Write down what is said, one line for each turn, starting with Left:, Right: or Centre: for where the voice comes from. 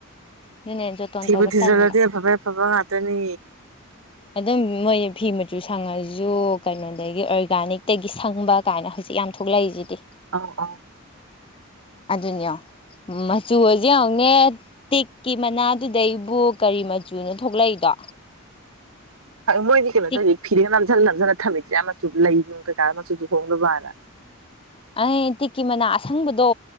Left: ꯑꯗꯨꯅꯦ ꯖꯣꯇꯣꯟ
Right: ꯊꯤꯕꯨ
Left: ꯇꯧꯕ
Right: ꯊꯤꯖꯤꯟꯂꯗꯤ
Left: ꯇꯟꯕ
Right: ꯑꯐ ꯐꯥꯕ ꯉꯇꯅꯤ
Left: ꯑꯗꯨꯝ ꯃꯣꯏ ꯐꯤ ꯃꯆꯨ ꯁꯪꯉꯁꯨ ꯀꯩꯅꯣꯗꯒꯤ ꯑꯣꯔꯒꯥꯅꯤꯛꯇꯒꯤ ꯁꯪꯕ ꯀꯥꯏꯅ ꯍꯧꯖꯤꯛ ꯌꯥꯝ ꯊꯣꯛꯂꯛꯏꯁꯤꯗꯤ
Right: ꯑꯧ ꯑꯧ
Left: ꯑꯗꯨꯅꯤ ꯃꯆꯨꯁꯨ ꯌꯥꯎꯅꯦ ꯇꯤꯛꯀꯤ ꯃꯅꯥ ꯗꯩꯕꯨ ꯀꯔꯤ ꯃꯆꯨꯅꯣ ꯊꯣꯛꯂꯛꯏꯗꯣ
Right: ꯃꯣꯏꯗꯤ ꯀꯩꯅꯣ
Left: ꯇꯤꯛ
Right: ꯇꯧꯏ ꯐꯤꯗꯒ ꯅꯝꯖꯜ ꯅꯝꯖꯜꯂ ꯊꯝꯃꯤꯗꯨꯗꯤ ꯑꯥ ꯃꯆꯨ ꯂꯩ ꯅꯨꯡ ꯀꯩꯀꯥ ꯃꯆꯨ ꯆꯨꯍꯧꯅꯕꯅ
Left: ꯑꯩ ꯇꯤꯛꯀꯤ ꯃꯅꯥ ꯑꯁꯪꯕꯗꯣ